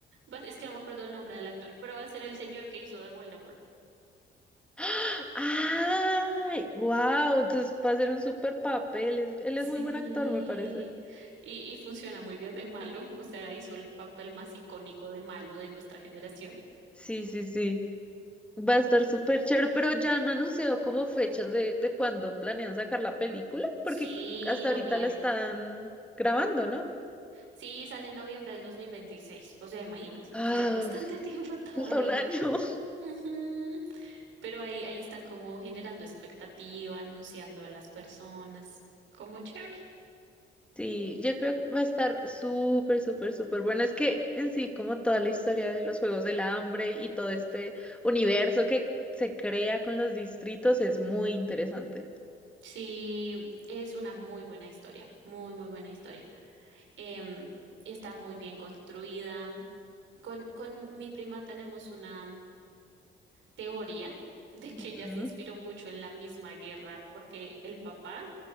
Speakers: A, on the right (about 75°); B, in the centre.
A: va- es que no me acuerdo el nombre del actor, pero va a ser el señor que hizo de Voldemort.
B: ¡Ah! ¡Ay! ¡Wow! Entonces va a ser un súper papel. es- él
A: Sí,
B: es muy buen actor, me parece.
A: y, y funciona muy bien de malo, o sea, hizo el papel más icónico de malo de nuestra generación.
B: Sí, sí, sí. Va a estar súper chévere, pero ya han anunciado como fechas de, de cuándo planean sacar la película,
A: Sí,
B: porque hasta
A: noviembre.
B: ahorita la están grabando, ¿no?
A: Sí, sale en noviembre del dos mil veintiséis, O sea, imagínate,
B: Ah,
A: nos queda bastante
B: <laughs>
A: <laughs> tiempo todavía.
B: falta un año. <laughs>
A: Ujú. Pero ahí, ahí están como generando expectativa, anunciando a las personas, como chévere.
B: Sí, yo creo que va a estar súper, súper, súper bueno. Es que en sí, como toda la historia de los Juegos del Hambre y todo este universo que se crea con los distritos es muy interesante.
A: Sí, es una muy buena historia, muy, muy buena historia. Em, está muy bien construida, Con, con mi prima tenemos una teoría de que
B: Ujú.
A: ella se inspiró mucho en la misma guerra porque el papá,